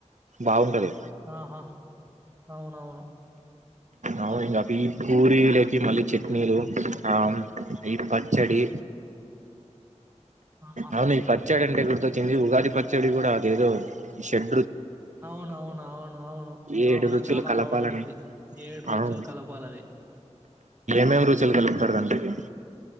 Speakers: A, on the right (about 75°); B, on the right (about 20°).
A: బాగుంటది
B: ఆ. హ అవునవును
A: అ ఇంకా అవి పూరీలోకి మళ్ళీ చట్నీలు ఆ ఈ పచ్చడి
B: ఆ
A: అవును ఈ పచ్చడి అంటె గుర్తొచ్చింది ఉగాది పచ్చడి కూడా అదేదో షడ్
B: అవునవును అవును అవును
A: ఏడు
B: అవును
A: రుచులు
B: చాలా
A: కలపాలని
B: బావుంటుంది ఏడు రుచులు
A: అవును
B: కలపాలవి
A: ఏమెమ్ రుచులు కలుపుతారాంటకి